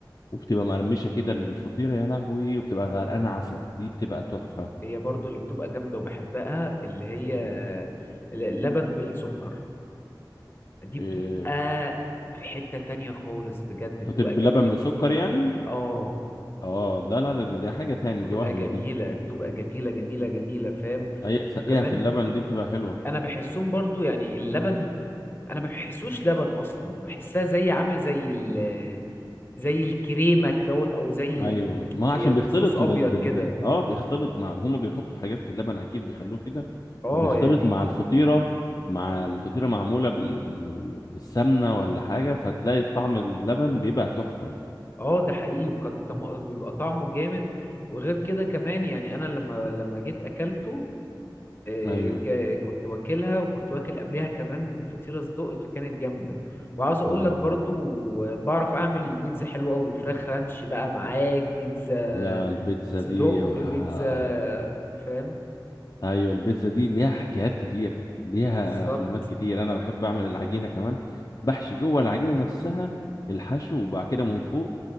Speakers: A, on the left (about 45°); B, on the left (about 30°).
A: وبتبقى مقرمشة كده الفطيرة يا لهوي وبتبقى غرقانة عسل دي بتبقى تحفة
B: هي برضو اللي بتبقى جامدة وبحبها اللي هي لبن بالسكر دي
A: إيه،
B: بتبقى في حتة تانية خالص بجد
A: فطير
B: بتبقى
A: باللبن
B: جميلة
A: بسكر يعني
B: اه
A: اه ده لا ده- ده- دي حاجة تاني
B: بتبقى
A: دي وهم
B: جميلة
A: دي
B: بتبقى جميلة جميلة جميلة فاهم
A: هي تسقيها
B: وكمان
A: في اللبن دي بتبقى حلوة
B: انا بحسهم برضو يعني اللبن انا ما بحسوش لبن اصلا بحسها زي عامل زي ال زي الكريمة كدهوت او زي
A: ايوه
B: ال
A: ما
B: يعني
A: عشان بيختلط
B: صوص ابيض
A: بال بال,
B: كده
A: بال... اه بيختلط مع هم بيحطوا حاجات في اللبن اكيد بيخلوه كده
B: اه
A: وبيختلط
B: يعني
A: مع الفطيره مع الفطيره معموله بال... بال... بال... بالسمنه ولا حاجه فتلاقي طعم اللبن بيبقى تحفه
B: اه ده حقيقي وكان طم... بيبقى طعمه جامد وغير كده كمان يعني انا لما لما جيت اكلته آه،
A: ايوه
B: ك... كنت واكلها وكنت واكل قبلها كمان فطيرة صدق فكانت جامدة وعاوز اقول
A: اه
B: لك برضو آه، بعرف اعمل البيتزا حلوة قوي فراخ رانش بقى معاك بيتزا
A: لا البيتزا
B: صدق
A: دي وه-
B: بيتزا فاهم
A: ايوه البيتزا دي ليها حكايات كتير ليها
B: بالظبط
A: افلامات كتير انا بحب اعمل العجينه كمان بحشي جوه العجينه نفسها الحشو وبعد كده من فوق